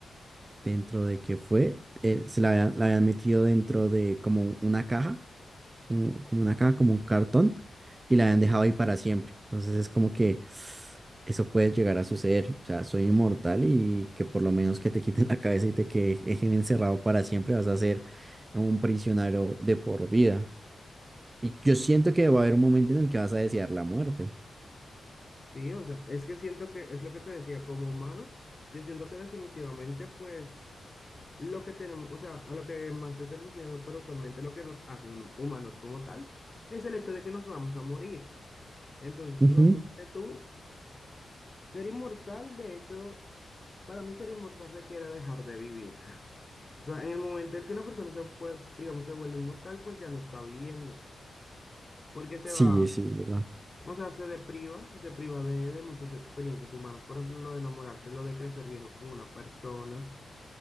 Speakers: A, on the right; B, on the left.
A: dentro de que fue, eh, se la habían, la habían metido dentro de como una caja, un- como una caja, como un cartón, y la habían dejado ahí para siempre. Entonces es como que eso puede llegar a suceder. O sea, soy inmortal y que por lo menos que te quiten la cabeza y te que- dejen encerrado para siempre, vas a ser un prisionero de por vida. Y yo siento que va a haber un momento en el que vas a desear la muerte.
B: Sí, o sea, es que siento que es lo que te decía, como humano, yo siento que definitivamente, pues, lo que tenemos, o sea, a lo que más le tenemos miedo, pero usualmente lo que nos hace hum- humanos como tal, es el hecho de que nos vamos a morir. Entonces,
A: Ujú.
B: imagínate tú ser inmortal, de hecho, para mí ser inmortal requiere dejar de vivir. <laughs> O sea, en el momento en que una persona se, pues, digamos, se vuelve inmortal, pues ya no está viviendo, porque se
A: Sí,
B: va
A: sí, es verdad.
B: O sea, se depriva, se priva de, de muchas experiencias humanas. Por ejemplo, lo de enamorarse, lo de crecer viejo con una persona,